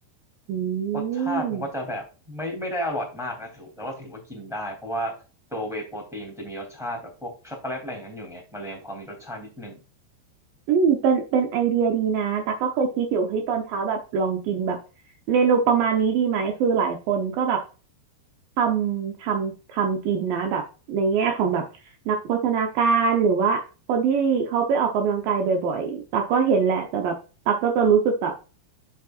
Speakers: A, on the right; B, in the centre.
A: อื
B: รสชาติมันก็จะแบบไม่ไม่ได้อร่อยมากนะถือแต่ว่าถือว่ากินได้เพราะว่าตัวเวย์โปรตีนมันจะมีรสชาติแบบพวกช็อกโกแลตอะไรอย่างนั้นอยู่ไงมันเลยยังพอมีรสชาตินิดนึง
A: ม อืมเป็นเป็นไอเดียดีนะแต่กก็เคยคิดอยู่เฮ้ยตอนเช้าแบบลองกินแบบเมนูประมาณนี้ดีไหมคือหลายคนก็แบบทำทำทำกินนะแบบในแง่ของแบบนักโภชนาการหรือว่าคนที่เขาไปออกกำลังกายบ่อยๆตักก็เห็นแหละแต่แบบตักก็จะรู้สึกแบบ